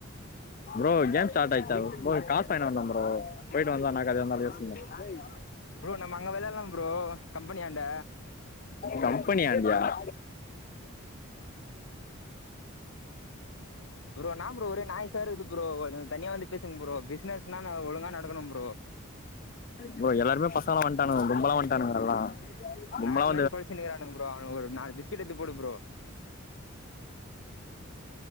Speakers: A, on the left (about 40°); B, on the left (about 65°).
A: ஃப்ரோ கேம் ஸ்டார்ட் ஆய்ச்சா போ காஸ் வாய்ன்ட்டு‌ வந்த ப்ரோ போயிட்டு வந்தானாக்கா அதுலேந்து அப்டியே சீனு டேய்
B: ப்ரோ நம்ம அங்க விளால்லா ப்ரோ கம்பெனியாண்ட
A: கம்பெனியாண் டயா
B: ப்ரோ என்னா ப்ரோ ஒரே நாய்ஸா இர்க்குது ப்ரோ கொஞ்சொ தனியா வந்து பேசுங் ப்ரோ பிஸ்னஸ்னா ஒழுங்கா நடக்கணும் ப்ரோ
A: ப்ரோ எல்லாருமே பசங்கல்லா வன்ட்டானுங்க கும்பலா வன்ட்டானுங்க எல்லா கும்பலா
B: நாய் மாறி கொலச்சின்னு இருக்றானுங் ப்ரோ அவனுங் ஒரு நாலு பிஸ்கெட் எடுத்து போடு ப்ரோ